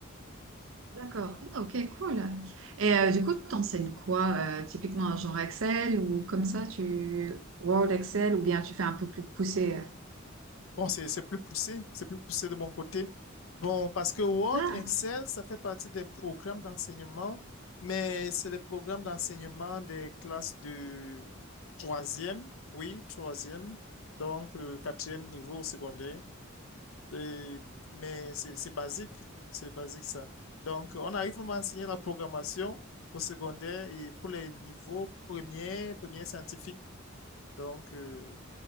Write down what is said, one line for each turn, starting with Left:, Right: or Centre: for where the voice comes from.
Right: D'accord. Ah, ok, cool. Et euh, du coup, t'enseignes quoi? euh, typiquement, genre Excel ou comme ça, tu Word, Excel, ou bien tu fais un peu plus poussé? euh,
Left: Bon, c'est, c'est plus poussé, c'est plus poussé de mon côté. Bon, parce que Word,
Right: Ah,
Left: Excel, ça fait partie des programmes d'enseignement, mais c'est des programmes d'enseignement des classes de troisième, oui, troisième, donc euh, quatrième niveau au secondaire. Et- mais c'est c'est basique, c'est basique ça. Donc, on arrive à m'enseigner la programmation au secondaire et pour les niveaux premiers, premiers scientifiques. Donc, euh,